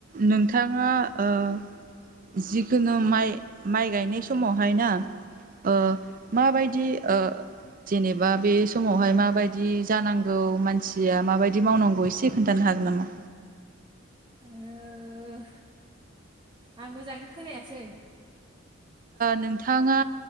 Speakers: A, on the right; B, on the right.
A: नोंथाङा ओ जिखुनु माइ माइ गायनाय समावहाय ना ओ माबायदि जेनेबा बे समावहाय माबायदि जानांगौ मानसिया माबायदि मावनांगौ एसे खोन्थानो हागोन नामा?
B: आं आं मोजाङैनो खोनायासै।
A: नोंथाङा